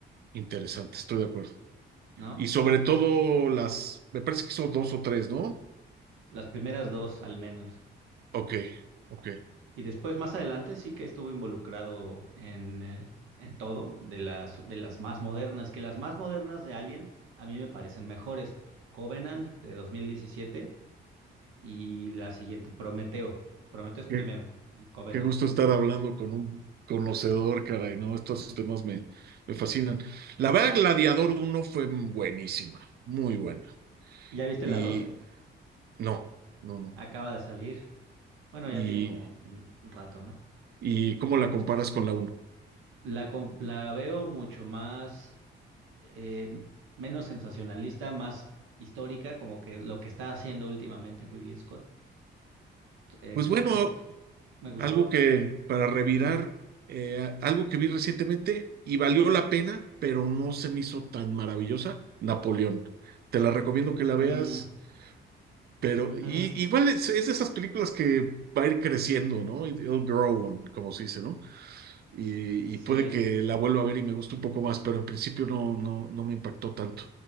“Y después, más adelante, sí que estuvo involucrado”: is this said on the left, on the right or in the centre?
Right